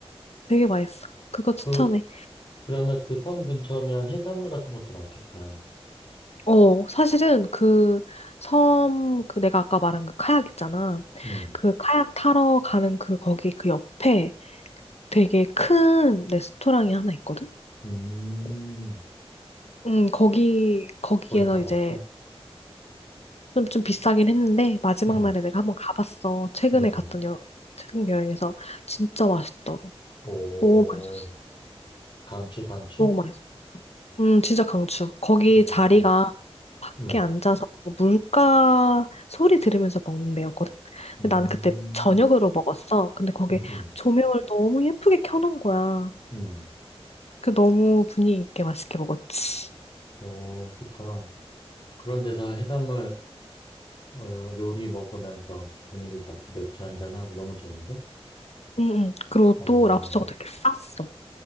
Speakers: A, on the left; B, on the left.
A: 되게 맛있어. 그거 추천해.
B: 그, 그러면 그 섬 근처면 해산물 같은 것도 많겠다.
A: 어, 사실은 그 섬, 그 내가 아까 말한 그 카약 있잖아.
B: 음,
A: 그 카약 타러 가는 그 거기 그 옆에 되게 큰 레스토랑이 하나 있거든?
B: 음,
A: 음, 거기, 거기에서
B: 거기 가봤어?
A: 이제 좀, 좀 비싸긴 했는데 마지막
B: 음,
A: 날에 내가 한번 가봤어. 최근에
B: 음,
A: 갔던 여, 최근 여행에서 진짜 맛있더라.
B: 오,
A: 너무 맛있었어.
B: 강추, 강추?
A: 너무 맛있었어. 음, 진짜 강추. 거기
B: 오,
A: 자리가 밖에
B: 음,
A: 앉아서 물가 소리 들으면서 먹는 데였거든.
B: 음,
A: 근데 나는 그때 저녁으로 먹었어. 근데 거기
B: 음, 음.
A: 조명을 너무 예쁘게 켜놓은 거야.
B: 음,
A: 그 너무 분위기 있게 맛있게 먹었지.
B: 어, 좋다. 그런 데서 해산물 어, 요리 먹으면서 분위기 잡고 맥주 한 잔하고 너무 좋은데?
A: 응, 응. 그리고
B: 어,
A: 또 랍스터가 되게 쌌어.